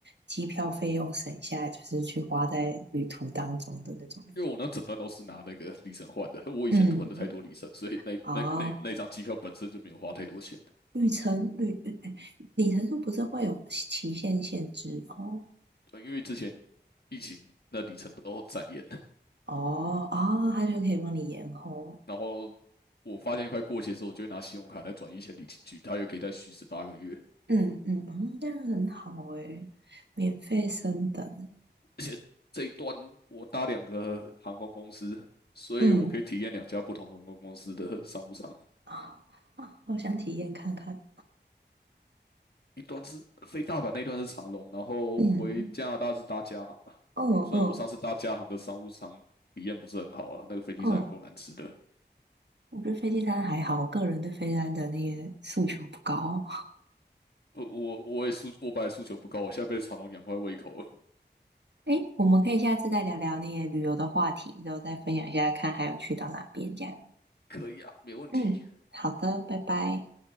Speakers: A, on the right; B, on the left.
A: 机票费用省下来，就是去花在旅途当中的那种。
B: 因为我那整段都是拿那个里程换的，我以前囤了太多里程，
A: 嗯，
B: 所以那那那那张机票本身就没有花太多钱。
A: 哦，旅程旅哎里程数不是会有期限限制哦？
B: 对因为之前疫情那里程都展延，
A: 哦啊，它就可以帮你延后。
B: 然后我发现快过期的时候，我就会拿信用卡再转一千里进去，它又可以再续十八个月。
A: 嗯嗯，嗯，这样很好诶，免费升等。
B: 而且这一段我搭两个航空公司，所以我可以体验两家不同航空公司的商务舱，
A: 嗯啊啊，好想体验看看。
B: 一段是飞大阪，那一段是长龙，然后回加拿大是搭加航啊。
A: 嗯，哦哦。
B: 虽然我上次搭加航的商务舱体验不是很好啊，
A: 嗯
B: 那个飞机上有够难吃的。
A: 嗯，我觉得飞机餐还好，我个人对飞机餐的那个诉求不高。
B: 不，我我也诉我本来诉求不高，我现在被长龙养坏胃口了。
A: 诶，我们可以下次再聊聊那些旅游的话题，然后再分享一下，看还有去到哪边这样。
B: 可以啊，没问题，
A: 嗯，好的，拜拜。